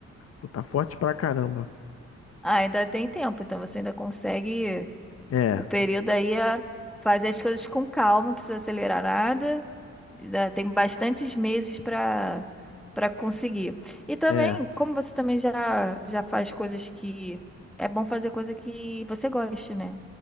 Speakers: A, on the left; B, in the centre.
A: Vou estar forte pra caramba.
B: Ah, ainda tem tempo, então você ainda consegue.
A: É,
B: O período aí é fazer as coisas com calma, não precisa acelerar nada. Ainda Tem bastantes meses para para conseguir. E também,
A: é.
B: como você também já, já faz coisas que. É bom fazer coisa que você goste, né?